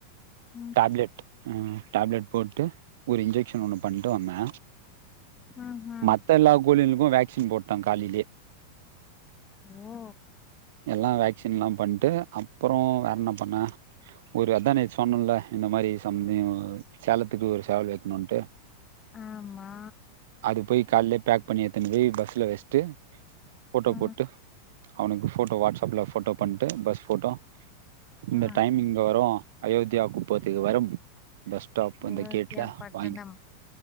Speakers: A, on the left (about 20°); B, on the right (about 55°).
A: ம்
B: டேப்லெட் ம் டேப்லெட் போட்டு ஒரு இன்ஜெக்க்ஷன் ஒன்னு பண்ட்டு வந்தே
A: ம் ம்
B: மத்த எல்லா கோழிங்களுக்கு வேக்சின் போட்டே காலிலயே
A: ஓ
B: எல்லா வேக்சின்லா பண்ட்டு அப்பறோ வேற என்ன பண்ண ஒரு அதா நேத்து சொன்னேல்ல இந்த மாதிரி சம்திங் சேலத்துக்கு ஒரு சேவல் வக்கணுன்ட்டு
A: ஆமா
B: அது போய் கால்லே பேக் பண்ணி எத்துன் போய் பஸ்ல வச்சிட்டு ஃபோட்டோ
A: ஆ
B: போட்டு அவனுக்கு ஃபோட்டோ வாட்ஸ் அப்ல ஃபோட்டோ பண்ட்டு பஸ் ஃபோட்டோ இந்த
A: ஆ
B: டைமிங்ல வரு அயோத்தியா குப்பத்துக்கு வரும் பஸ் ஸ்டாப்
A: அயோத்தியா
B: அந்த கேட்ல
A: பட்டணம்
B: வாங்கி